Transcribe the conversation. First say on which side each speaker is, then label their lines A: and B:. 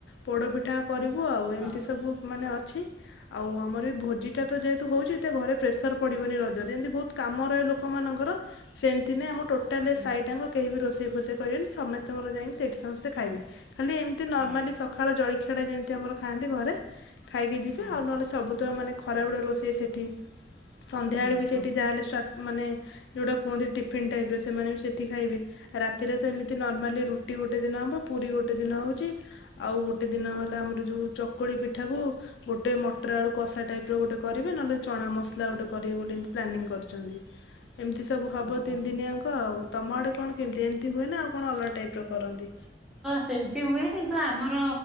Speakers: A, on the left (about 80°); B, in the centre.
A: ପୋଡପିଠା କରିବୁ ଆଉ ଏମିତି
B: ହଁ
A: ସବୁ ମାନେ ଅଛି। ଆଉ ଆମର ଏ ଭୋଜି ଟା ତ ଯେହେତୁ ହଉଛି ଏ ଘରେ ପ୍ରେସର ପଡିବନି ରଜରେ ଯେମିତି ବହୁତ କାମ ରହେ ଲୋକମାନଙ୍କର ସେମିତି ନାଇଁ ଆମ ଟୋଟାଲ
B: ହୁଁ
A: ସାାଇ ଟାଙ୍କ କେହି ବି ରୋଷେଇ ଫୋଷେଇ କରିବେନି ସମସ୍ତେ ାଇି ସେଠି ସମସ୍ତେ ଖାଇବେ ଖାଲି ଏମିତି ନର୍ମାଲି
B: ହୁଁ
A: ସକାଳ ଜଳଖିଆ ଟା ଯେମିତି ଆମର ଖାଆନ୍ତି ଘରେ ଖାଇକି ଯିବେ
B: ହୁଁ
A: ଆଉ ନହେଲେ ଚବ ତ ମାନେ ଖରାବେଳେ ରୋଷେଇ ସେଠି ସନ୍ଧ୍ୟାବେଳେ
B: ହୁଁ
A: ବି ସେଠି
B: ହୁଁ
A: ଯାହେଲେ ମାନେ ଯୋଉଟା କୁହନ୍ତି ଟିଫନ୍ ଟାଇପ ସେମାନେ ବି ସେଠି ଖାଇବେ ରାତିରେ ତ ଏମତିମା ରୁଟି ଗୋଟେ ଦିନ ହବ ପୁରୀ ଗୋଟେ ଦିନ ହଉଛି ଆଉ ଗଟ ଗୋଟେ ଦିନ ହେଲା ଆମର ଯୋଉ ଚକୁଳି ପି ଏଠାକୁ ଗୋଟେ ମଟର ଆଳୁ କଷା ଟାଇପ ର ଗୋଟେ କରିବେ ନହେଲେ ଚଣା ମସଲା ଗୋଟେ କରିବେ ବୋଲିମତି ପ୍ଲାନିଂ କରିଛନ୍ତି ଏମିତି ସବୁ ହବ
B: ହୁଁ ହୁଁ
A: ତିନି ଦିନିଆଙ୍କ ଆଉ ତମ ଆଡେ କଣ କେମିତି ଏମିତି ହୁଏ ନା ଆଉ କଣ ଅଲା ଟାଇପ ର କରନ୍ତି।
B: ସେମତି ହୁଏ କିନ୍ତୁ ଆମର